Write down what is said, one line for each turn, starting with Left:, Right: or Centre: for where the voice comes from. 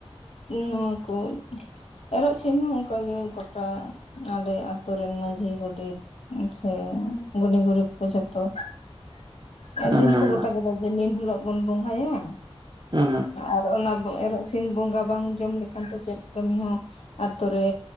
Left: ᱱᱚᱣᱟ ᱠᱚᱡ ᱮᱨᱚᱜ ᱥᱤᱢ ᱦᱚᱸ ᱚᱱᱠᱟ ᱜᱮ ᱜᱚᱴᱟ ᱟᱞᱮ ᱟᱛᱳ ᱨᱮᱱ ᱢᱟᱺᱡᱷᱤ ᱜᱚᱰᱮᱛ ᱥᱮ ᱜᱩᱱᱤ ᱜᱩᱨᱩ ᱠᱚ ᱡᱚᱛᱚ᱾
Right: ᱦᱩᱸ
Left: ᱫᱤᱱ
Right: ᱦᱩᱸ ᱦᱩᱸ
Left: ᱠᱚ ᱜᱚᱴᱟ ᱠᱮᱫᱟ ᱡᱮ ᱱᱤᱱ ᱦᱤᱞᱳᱜ ᱵᱚᱱ ᱵᱚᱸᱜᱟᱭᱟ᱾
Right: ᱦᱩᱸ ᱦᱩᱸ
Left: ᱟᱨ ᱚᱱᱟ ᱮᱨᱚᱜ ᱥᱤᱢ ᱵᱚᱸᱜᱟ ᱵᱟᱝ ᱡᱚᱢ ᱞᱮᱠᱷᱟᱱ ᱛᱚ ᱪᱮᱫ ᱠᱟᱹᱢᱤ ᱦᱚᱸ ᱟᱛᱳ ᱨᱮ